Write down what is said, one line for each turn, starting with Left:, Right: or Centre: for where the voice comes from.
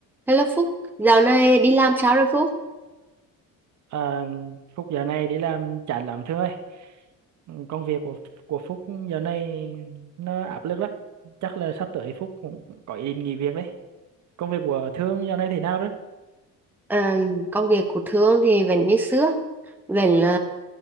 Centre: Hello Phúc, dạo này đi làm sao rồi Phúc?
Right: À, Phúc giờ này đi làm chán lắm Thương ơi. Ừ, Công việc của của Phúc giờ này nó áp lực lắm. Chắc là sắp tới Phúc cũng có ý định nghỉ việc đấy. Công việc của Thương giờ này thế nào đấy?
Centre: Ờ, công việc của Thương thì vẫn như xưa, vẫn là